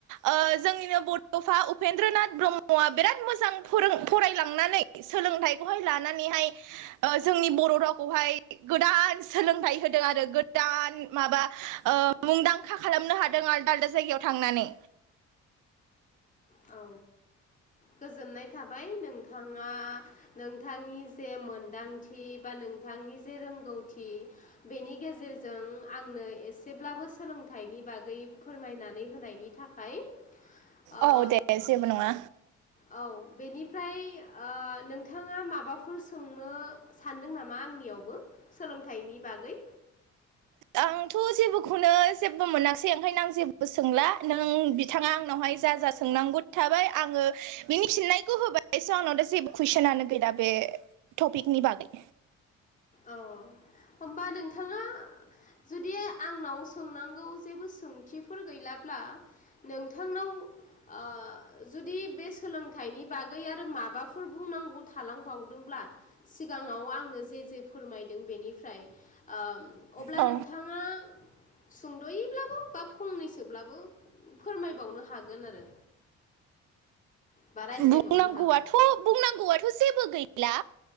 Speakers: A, on the right; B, on the left.
A: ओ जोंनिनो बड'फा उपेन्द्रनाथ ब्रह्मआ बिराद मोजां फोरों फरायलांनानै सोलोंथाइखौहाय लानानैहाय ओ जोंनि बर' रावखौहाय गोदान सोलोंथाइ होदों आरो गोदान माबा ओ मुंदांखा खालामनो हादों आलदा आलदा जायगायाव थांनानै।
B: औ। गोजोननाय थाबाय नोंथाङा नोंथांनि जे मोनदांथि बा नोंथांनि जे रोंगौथि बेनि गेजेरजों आंनो एसेब्लाबो सोलोंथाइनि बागै फोरमायनानै होनायनि थाखाय। ओ
A: औ दे जेबो नङा।
B: औ बेनिफ्राय ओ नोंथाङा माबाफोर सोंनो सानदों नामा आंनियावबो सोलोंथाइनि बागै?
A: आंथ' जेबोखौनो जेबो मोनासै ओंखायनो आं जेबो सोंला नों बिथाङा आं आंनावहाय जा जा सोंनांगौ थाबाय आङो बिनि फिननायखौ होबाय स' आंनाव दा जेबो कुइसनानो गै दा बे टपिकनि बागै।
B: औ होनबा नोंथाङा जुदि आंनाव सोंनांगौ जेबो सोंथिफोर गैलाब्ला नोंथांनाव ओ जुदि बे सों सोलोंथाइनि बागै आरो माबाफोर बुंनांगौ थालांबावदोंब्ला सिगाङाव आंनो जे जे फोरमायदों बेनिफ्राय ओम अब्ला
A: औ
B: नोंथाङा सुंद'यैब्लाबो बा फंनैसोब्लाबो फोरमायबावनो हागोन आरो। बा रायज्लायबावनो
A: बुंनांगौयाथ'
B: हागोन
A: बुंनांगौयाथ' जेबो गैला।